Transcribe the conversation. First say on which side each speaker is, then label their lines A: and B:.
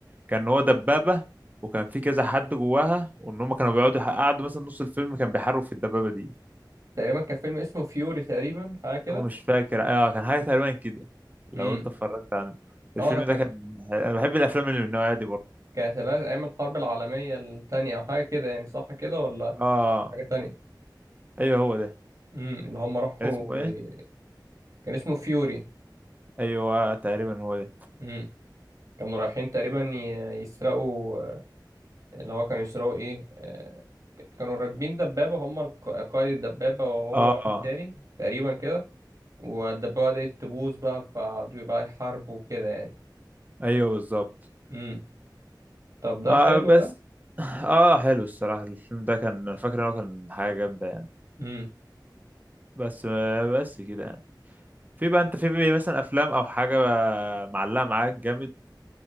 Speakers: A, on the right; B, on the right.
A: كان هو دبابه وكان في كذا حد جواها وان هم كانوا بيقعدوا قعدوا مثلا نص الفيلم كان بيحاربوا في الدبابه دي
B: تقريبا كان فيلم اسمه فيوري تقريبا حاجه كده
A: انا مش فاكر اه كان حاجه تقريبا كده لو
B: امم
A: انت اتفرجت عنه الفيلم
B: اه انا كان
A: ده كان انا بحب الافلام اللي من النوعيه دي برضه
B: كانت الأ- ايام الحرب العالميه التانية او حاجه كده يعني صح كده ولا
A: اه
B: حاجه تانية
A: ايوه هو ده
B: امم اللي هم راحوا
A: كان اسمه ايه
B: ي- كان اسمه فيوري
A: ايوه تقريبا هو ده
B: امم كانوا رايحين تقريبا ي- يسرقوا اللي هو كانوا يسرقوا ايه آه، كانوا راكبين دبابه هم الق- قائد الدبابه وهو
A: اه
B: واحد تاني تقريبا كده والدبابه بدأت تبوظ بقى فقعدوا بقى يحاربوا وكده يعني
A: ايوه بالظبط
B: امم طب ده
A: آه
B: حلو
A: بس اه حلو الصراحه الفيلم ده كان انا فاكر ان هو كان حاجه جامده يعني
B: ده
A: بس بس كده يعني في بقى انت في بقى مثلا افلام او حاجه معلقه معاك جامد